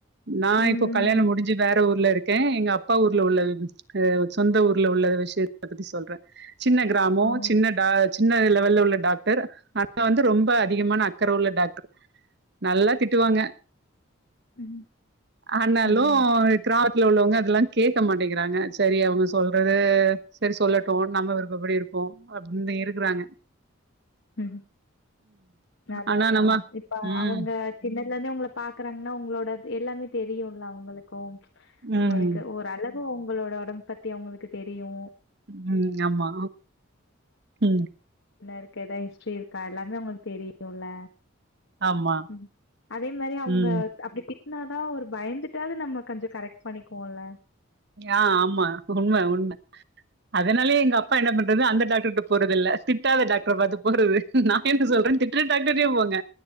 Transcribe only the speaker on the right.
நா
இப்போ கல்யாணம் முடிஞ்சி வேற ஊர்ல இருக் க்கே எங்க அப்பா ஊர்ல உள்ள க்கு சொந்த ஊர்ல உள்ள விஷயத்த பத்தி சொல்றே சின்ன கிராமோ
சின்ன டா சின்ன இதுல மொதல்ல உள்ள டாக்டர் அத வந்து ரொம்ப அதிகமான அக்கற உள்ள டாக்டர் நல்லா திட்டுவாங்க
ஆனாலும்
க்ரா ல உள்ளவங்க அதெல்லா கேட்க மாட்டேங்கிறாங்க சரி அவங்க சொல்றது சரி சொல்லட்டும் நம்ம விருப்பப்படி இருப்போ அப்டினு இருக்றாங்க
ஆனா
நம்ம
ம்
ம்
உம் ஆமா உம்
ஆமா
ம்
ஆ ஆமா உண்ம உண்ம அதனாலயே எங்க அப்பா என்ன பண்றது அந்த டாக்டர்ட்ட போறதில்ல திட்டாத டாக்டர பாத்து போறது நா கேட்டு சொல்றே திட்ற டாக்டர்டயே போங்க